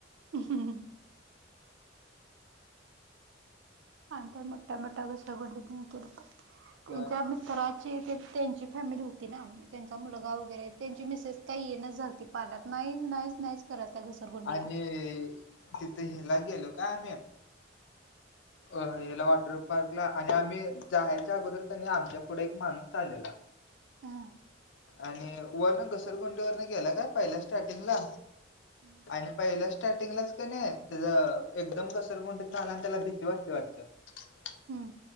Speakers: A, on the right (about 65°); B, on the left (about 65°).
A: हम्म. आम्ही पण मोठ्या मोठ्या घस गुंडीतनं हे केलंत. तीन
B: अ,
A: चा तरराची ते त्यांची फॅमिली होती ना त्यांचा मुलगा वगैरे त्यांची मिसेस काही येण झालती. पाण्यात नाही नाहीच नाहीच कराल त्या. घसरगुंडीला
B: आणि तिथे गेलो का आम्ही.
A: <inaudible>
B: अ याला वॉटर पार्कला आणि आम्ही जायच्या अगोदर कनी आमच्या पुढे एक माणूस चाललेला.
A: हा
B: आणि वरण घसरगुंडी वरन गेला काय पहिल्या स्टार्टिंगला.
A: <inaudible>
B: आणि पहिला स्टार्टिंगलाच कनी नाही त्या एकदम घसरगुंडीत आला आणि त्याला भीती वाटली वाटत. <inaudible>
A: हम्म.